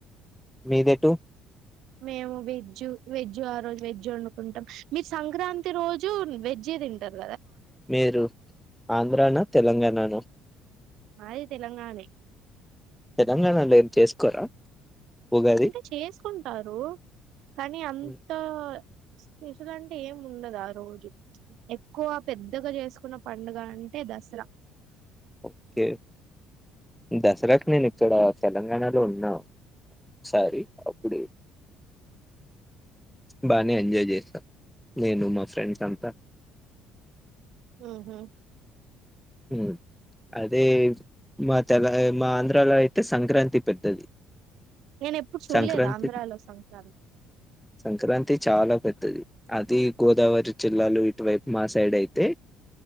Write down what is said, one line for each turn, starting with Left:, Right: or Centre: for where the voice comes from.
Centre: మీదేటు
Right: మేము వెజ్జ్ వెజ్జ్ ఆ రోజు వెజ్జ్ వండుకుంటాం మీరు సంక్రాంతి రోజు వెజ్జే తింటార
Centre: మీరు ఆంధ్రానా తెలంగాణన
Right: మాది తెలంగాణే
Centre: తెలంగాణలో ఏం చేసుకోరా ఉగాది?
Right: అంటే చేసుకుంటారు కానీ అంత
Centre: హ్మ్.
Right: స్పెషల్ అంటే ఏం ఉండదు ఆ రోజు ఎక్కువ పెద్దగా చేసుకున్న పండుగ అంటే దసరా
Centre: ఓకే దసరా కి నేనిక్కడ తెలంగాణలో ఉన్నామ్ ఓసారీ అప్పుడే బానే ఎంజాయ్ చేశా నేను మా ఫ్రెండ్స్ అంతా
Right: హు హు
Centre: హ్మ్ అదే మా తెల మా ఆంధ్రాలో అయితే సంక్రాంతి పెద్దది
Right: నేను ఎప్పుడు చూడలేదు
Centre: సంక్రాంతి
Right: ఆంధ్రాలో సంక్రాంతి
Centre: సంక్రాంతి చాలా పెద్దది అది గోదావరి జిల్లాలు ఇటువైపు మా సైడ్ అయితే